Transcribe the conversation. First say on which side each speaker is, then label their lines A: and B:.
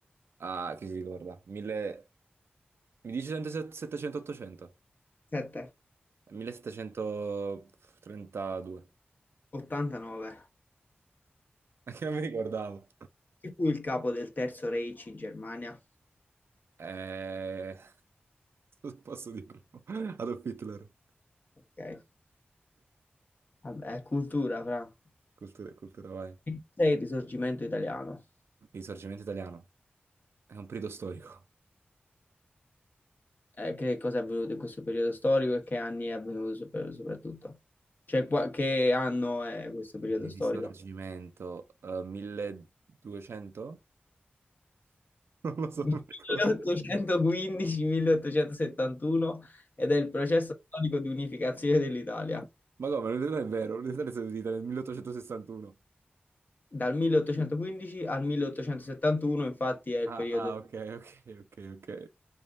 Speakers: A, on the right; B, on the left.
A: Ah, chi si ricorda? Mille... Mi dice 700-800?
B: 7,
A: 1732.
B: 89.
A: Anche a me guardavo.
B: Chi fu il capo del Terzo Reich in Germania?
A: Eh, cosa posso dirlo? Adolf Hitler.
B: Ok, vabbè, cultura, fra.
A: Cultura, cultura, vai. Il
B: Che cos'è il risorgimento italiano?
A: risorgimento italiano. È un periodo storico.
B: Eh, che cosa è avvenuto in questo periodo storico e che anni è avvenuto sopra- soprattutto? Cioè, qua- che anno è questo periodo
A: Il
B: storico?
A: risorgimento, eh, 1200? Non lo so,
B: 1815-1871
A: non mi ricordo.
B: ed è il processo storico di unificazione dell'Italia.
A: Ma come, non è vero, l'Italia è stata d'Italia nel 1861.
B: Dal 1815 al 1871, infatti, è il
A: Ah,
B: periodo.
A: ah, ok, ok, ok, ok.